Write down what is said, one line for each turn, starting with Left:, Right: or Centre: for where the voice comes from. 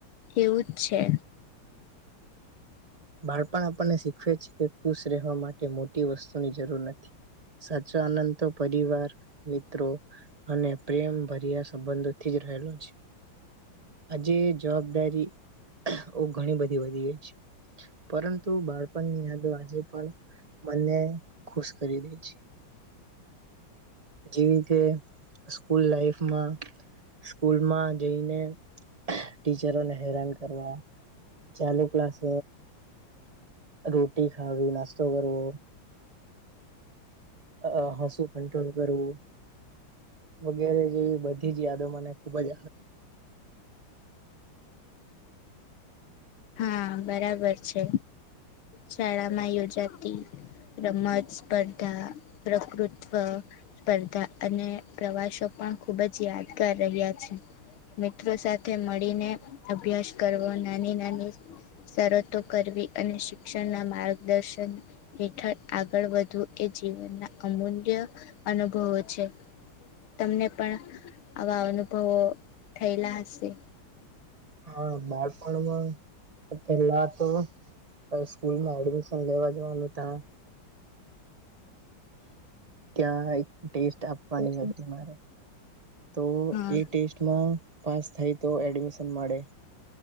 Left: એવું જ છે.
Right: બાળપણ આપણને શીખવે છે કે ખુશ રહેવા માટે મોટી વસ્તુની જરૂર નથી સાચો આનંદ તો પરિવાર મિત્રો અને પ્રેમ ભર્યા સંબંધોથી જ રહેલો છે. આજે જવાબદારી ઓ ઘણી બધી વધી ગઈ છે. પરંતુ બાળપણની યાદો આજે પણ મને ખુશ કરી દે છે. જેવી કે સ્કૂલ લાઈફમાં સ્કૂલમાં જઈને ટીચરોને હેરાન કરવા, ચાલુ ક્લાસ અ રોટી ખાવી નાસ્તો કરવો અ હસું કંટ્રોલ કરવું વગેરે જેવી બધી જ યાદો મને ખુબ જ
Left: હા બરાબર છે. શાળા માં યોજા તી રમત સ્પર્ધા, પ્રકૃત્વ સ્પર્ધા અને પ્રવાસો પણ ખુબ જ યાદ રહ્યા છે. મિત્રો સાથે મળીને અભ્યાસ કરવો નાની-નાની શરતો કરવી અને શિક્ષણના માર્ગદર્શન હેઠળ આગળ વધવું એ જીવનના અમૂલ્ય અનુભવો છે. તમને પણ આવા અનુભવો થયેલા હશે.
Right: હા બાળપણમાં પેલા તો સ્કૂલમાં એડમિશન લેવા જવાનું ત્યાં ક્યાં એક ટેસ્ટ આપવાની હતી મારે તો
Left: હા
Right: એ ટેસ્ટમાં પાસ થાય તો એડમિશન મળે.